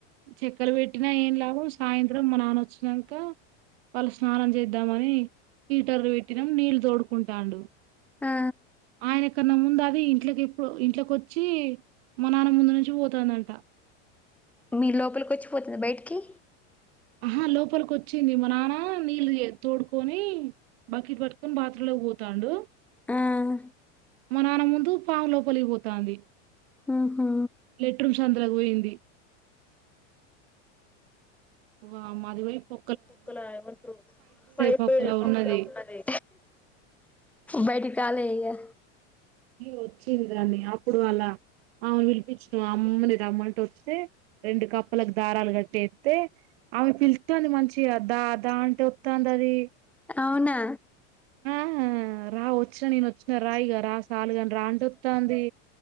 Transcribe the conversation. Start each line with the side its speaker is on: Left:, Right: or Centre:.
Right: చెక్కలు పెట్టినా ఏం లాభం సాయంత్రం మా నాన్న వచ్చినాక పలస స్నానం చేద్దామని హీటర్ పెట్టినాం నీళ్ళు తోడుకుంటాండు
Centre: ఆ
Right: ఆయన కన్నా ముందు అది ఇంట్కి ఇంట్లోకి వచ్చి మా నాన్న ముందు నుంచి పోతుందంట
Centre: మీ లోపలికి వచ్చిపోతాద బయట కి
Right: ఆహా లోపలికి వచ్చింది మా నాన్న నీళ్ళు తోడుకొని బకెట్ పట్టుకొని బాత్రూమ్ లోకి పోతాడు,
Centre: ఆ
Right: మా నాన్న ముందు పాము లోపలికి పోతాంది
Centre: ఉ హు
Right: లెట్రుమ్ సందులొకి పోయింది వామ్మో అదివయిపో
Centre: పక్కల ఏమంటరు పైప్
Right: పొక్కల
Centre: పొయింది పక్కల
Right: ఉన్నది.
Centre: ఉంటది బైటికి రాలే ఇగా
Right: ఇ వచ్చింది దాన్ని అప్పుడు అలా ఆమెను పిలిపించిన అమ్మని రమ్మంటె, వత్తే రెండు కప్పలకి దారాలు కట్టేత్తే ఆమె పిలుతాంది మంచిగా దా దా అంటే వత్తాంది అది.
Centre: అవునా
Right: ఆ రా వచ్చినా నేను వచ్చిన రాయిగా రా సాలుగాని రా అంటే వత్తాంది